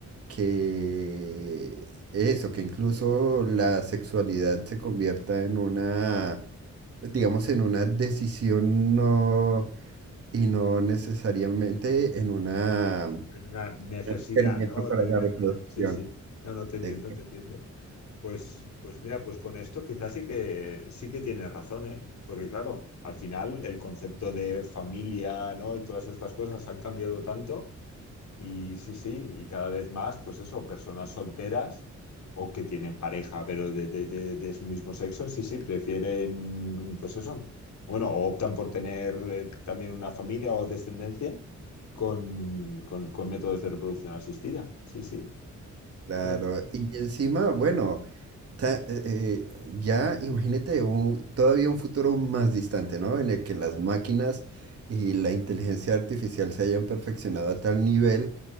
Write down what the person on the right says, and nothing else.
que eso, que incluso la sexualidad se convierta en una, digamos, en una decisión no, y no necesariamente en una, un
experimento
para
la
reproducción.
Exacto.
Claro,
y encima, bueno, ta- eh, eh, ya imagínate un- todavía un futuro más distante, ¿no? En el que las máquinas y la inteligencia artificial se hayan perfeccionado a tal nivel